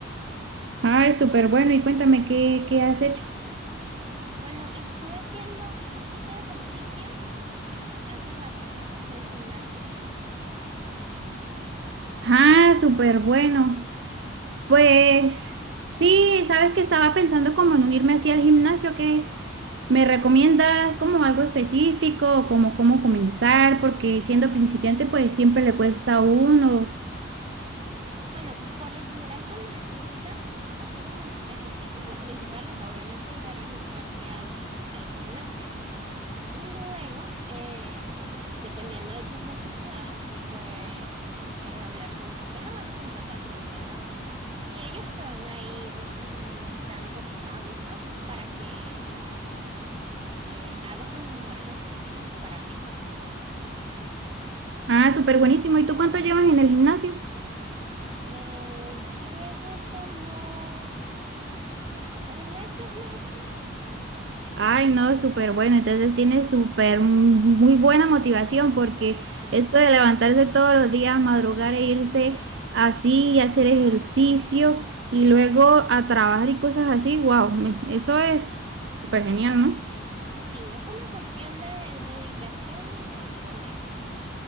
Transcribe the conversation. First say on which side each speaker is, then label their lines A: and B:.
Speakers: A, on the right (about 65°); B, on the right (about 25°).
A: Ay, súper bueno, y cuéntame qué, qué has hecho.
B: Bueno, estuve haciendo un poquito de ejercicio hace rato en el gimnasio.
A: Ah, súper bueno. Pues sí, sabes que estaba pensando como en unirme así al gimnasio, que me recomiendas como algo específico, como cómo comenzar, porque siendo principiante pues siempre le cuesta a uno.
B: Bueno, por lo general, cuando necesitas hacer esos ejercicios, lo principal es obviamente ir a registrarte al, al gimnasio. Y luego, eh, dependiendo de tus necesidades, pues eh, hablar con un entrenador o contratar un entrenador. Y ellos te van a ir mm, dando pautas para que eh, hagas los mejores ejercicios para ti.
A: Ah, súper buenísimo. ¿Y tú cuánto llevas en el gimnasio?
B: Eh, llevo como seis meses más o menos.
A: Ay, no, súper bueno. Entonces tienes súper mm, muy buena motivación porque
B: <laughs>
A: esto de levantarse todos los días, madrugar e irse así y hacer ejercicio y luego a trabajar y cosas así, wow, eso es súper genial, ¿no?
B: Sí, es una cuestión de dedicación y de ponerse.